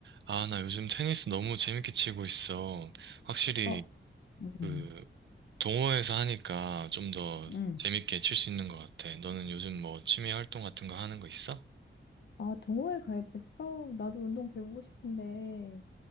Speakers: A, on the right; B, on the left.
A: 아, 나 요즘 테니스 너무 재밌게 치고 있어. 확실히
B: 어, 음,
A: 그 동호회에서 하니까 좀 더
B: 음.
A: 재밌게 칠 수 있는 것 같아. 너는 요즘 뭐 취미 활동 같은 거 하는 거 있어?
B: 아, 동호회 가입했어? 나도 운동 배우고 싶은데,